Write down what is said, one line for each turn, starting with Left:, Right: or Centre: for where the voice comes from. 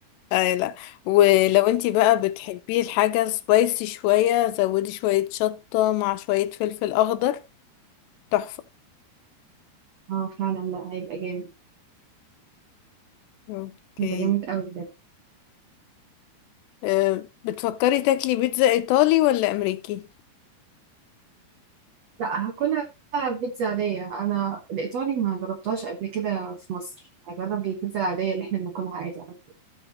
Left: اه لا ولو انتي بقى بتحبي الحاجة سبايسي شوية زودي شوية شطة مع شوية فلفل اخضر تحفة
Right: اه فعلا لا هيبقى جامد
Left: اوكي
Right: هيبقى جامد قوي
Left: آه، بتفكري تاكلي بيتزا ايطالي ولا امريكي
Right: لا هاكلها بيتزا عادية أنا الإيطالي ما جربتهاش قبل كده في مصر هجرب البيتزا العادية اللي احنا بناكلها عادي على طول.